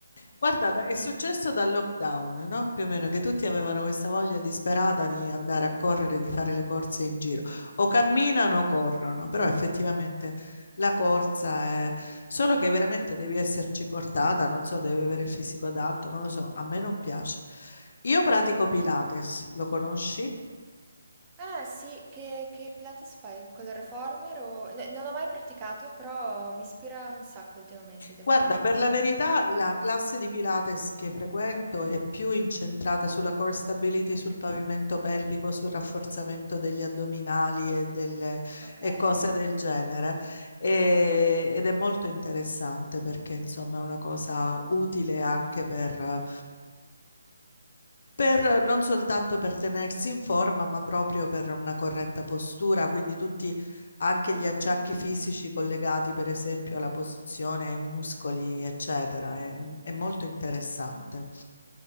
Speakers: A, on the left (about 55°); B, on the right (about 20°).
A: Guarda,
B: tutti.
A: da- è successo dal lockdown, no? Più o meno, che tutti avevano questa voglia disperata di andare a correre, di fare le corse in giro. O camminano o corrono, però effettivamente la corsa è... Solo che veramente devi esserci portata, non so, devi avere il fisico adatto, non lo so, a me non piace. Io pratico Pilates, lo conosci?
B: Ah sì, che, che Pilates fai? Con il reformer o... n- non ho mai praticato, però mi ispira un sacco ultimamente, devo
A: Guarda,
B: dire.
A: per la verità, la classe di Pilates che frequento è più incentrata sulla core stability, sul pavimento pelvico, sul rafforzamento degli addominali e, delle,
B: Ok.
A: e cose del genere. E- ed è molto interessante perché, insomma, è una cosa utile anche per, per, non soltanto per tenersi in forma, ma proprio per una corretta postura, quindi tutti anche
B: sì,
A: gli acciacchi fisici collegati, per esempio, alla posizione, ai muscoli, eccetera. È, è molto interessante.